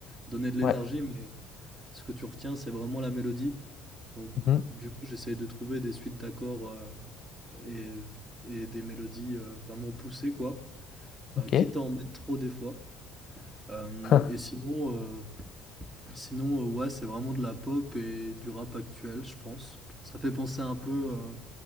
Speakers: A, on the right; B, on the left.
A: donner de l'énergie,
B: Ouais.
A: mais ce que tu retiens, c'est vraiment la mélodie. Donc
B: Mhm.
A: du coup, j'essaye de trouver des suites d'accords euh, et, et des mélodies euh, vraiment poussées quoi,
B: Ok.
A: euh, quitte à en mettre trop des fois. Hem
B: <laughs>
A: et sinon, heu, sinon, heu, ouais, c'est vraiment de la pop et du rap actuel, je pense. Ça fait penser un peu, heu,